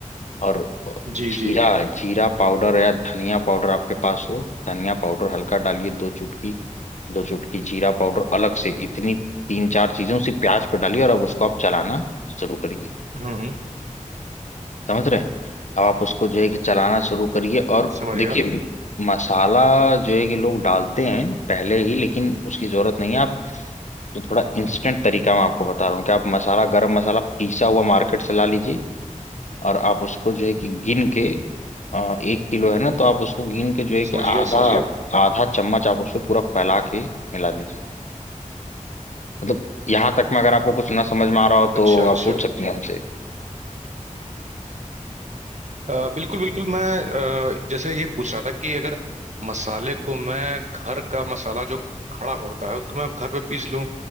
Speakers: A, on the left (about 60°); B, on the right (about 60°).
A: और
B: जी
A: जीरा
B: जी
A: जीरा पाउडर या धनिया पाउडर आपके पास हो धनिया पाउडर हल्का डालिए दो चुटकी दो चुटकी जीरा पाउडर अलग से इतनी तीन चार चीजें उसी प्याज पे डालिए और अब उसको आप चलाना शुरू करिए
B: हम्म हम्म,
A: समझ रहे हैं अब आप उसको जो है कि चलाना शुरू करिए और
B: समझ
A: देखिए
B: गया
A: मसाला जो है कि लोग डालते हैं पहले ही लेकिन उसकी जरूरत नहीं है आप तो थोड़ा इंस्टेंट तरीका मैं आपको बता रहा हूँ कि आप मसाला गरम मसाला पीसा हुआ मार्केट से ला लीजिए और आप उसको जो है कि गिन के अ, एक किलो है ना तो आप उसको गिन के जो है कि
B: समझ
A: आधा
B: गया समझ गया
A: आधा चम्मच आप उसको पूरा फैला के मिला दीजिए मतलब यहाँ तक में अगर आपको कुछ ना समझ में आ रहा हो तो
B: अच्छा अच्छा
A: आप पूछ सकते हैं हमसे
B: अ, बिल्कुल बिल्कुल मैं अ, जैसे ये पूछ रहा था कि अगर मसाले को मैं घर का मसाला जो खड़ा होता है उसको मैं घर पे पीस लूं